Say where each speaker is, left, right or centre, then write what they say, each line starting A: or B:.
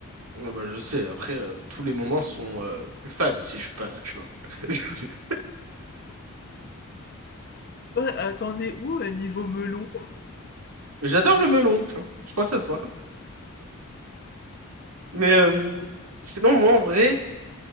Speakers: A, on the right; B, on the left.
A: Ouais, bah, je sais, après, euh, tous les moments sont euh, plus fades si je suis pas là, tu vois. <laughs>
B: Toi, euh, t'en es où euh, niveau melon?
A: J'adore le melon, tu vois. Je crois que ça se voit. Mais euh, sinon, moi, en vrai,